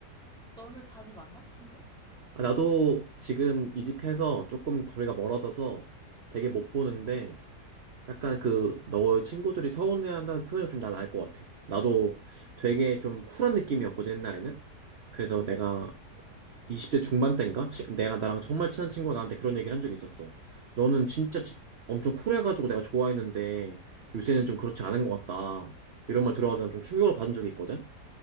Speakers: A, in the centre; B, on the right.
A: 너는 자주 만나, 친구?
B: 아, 나도 지금 이직해서 조금 거리가 멀어져서 되게
A: 응
B: 못 보는데, 약간 그 너의 친구들이 서운해한다는 표현을 좀 난 알 것 같아. 나도 되게 좀 쿨한 느낌이었거든 옛날에는. 그래서
A: 응
B: 내가 20대 중반 때인가? 치- 내가 나랑 정말 친한 친구가 나한테 그런 얘기를 한 적이 있었어. 너는 진짜 치- 엄청 쿨해가지고 내가 좋아했는데 요새는
A: 응
B: 좀 그렇지 않은 것 같다. 이런 말 들어가지고 난 좀 충격을 받은 적이 있거든.